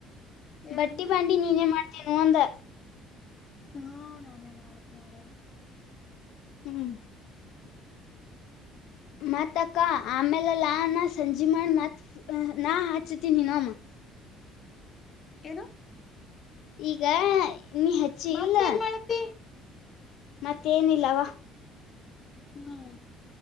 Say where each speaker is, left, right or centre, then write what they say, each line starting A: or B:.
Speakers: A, on the left (about 30°); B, on the left (about 70°).
A: ಏನಂದಿ
B: ಬಟ್ಟಿ ಬಾಂಡಿ ನೀನೇನ್ ಮಾಡ್ತೀನು ಅಂದ
A: ಹಾ ನಾನೇ ಮಾಡತ್ ನೋಡ
B: ಹ್ಮ್ ಮತ್ತ ಅಕ್ಕ ಆಮೇಲೆಲ್ಲಾ ನ ಸಂಜೆ ಮಾಡಿ ಮತ್ ನಾ ಹಚ್ತೀನಿ ನ ಹ <unintelligible>
A: ಏನು
B: ಈಗ ನೀ ಹಚ್ಚಿ
A: ಮತ್ತೇನ್
B: ಇಲ್ಲ
A: ಮಾಡತಿ
B: ಮತ್ತೇನಿಲ್ಲವಾ
A: ಹ್ಮ್